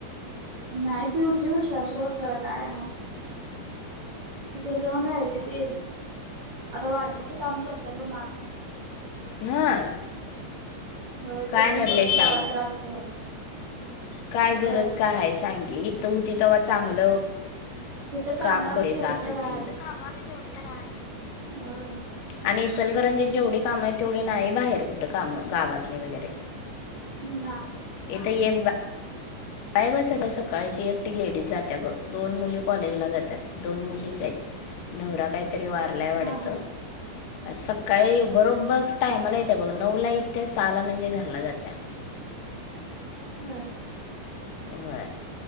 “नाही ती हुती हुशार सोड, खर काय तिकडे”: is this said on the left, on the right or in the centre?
Right